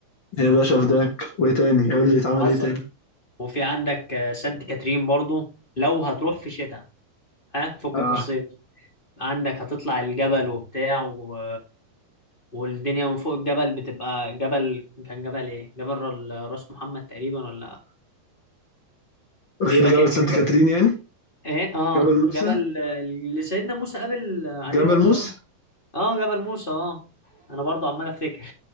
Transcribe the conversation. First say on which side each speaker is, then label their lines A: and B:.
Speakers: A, on the left; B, on the left.
A: يا باشا فداك وإيه تاني قول لي اتعمل
B: حصل
A: إيه تاني
B: وفي عندك آه، سانت كاترين برضو لو هتروح في شتاء ها فكك
A: آه
B: من الصيف عندك هتطلع الجبل وبتاع و... والدنيا من فوق الجبل بتبقى جبل كان جبل ايه جبل ر- راس محمد تقريبا ولا
A: غير
B: مش فاكر
A: جبل
B: كان
A: سانت كاترين يعني
B: ايه اه
A: جبل موسى
B: جبل اللي سيدنا موسى قابل عليه
A: جبل
B: ربنا
A: موسى
B: اه جبل موسى اه انا برضو عمال افتكر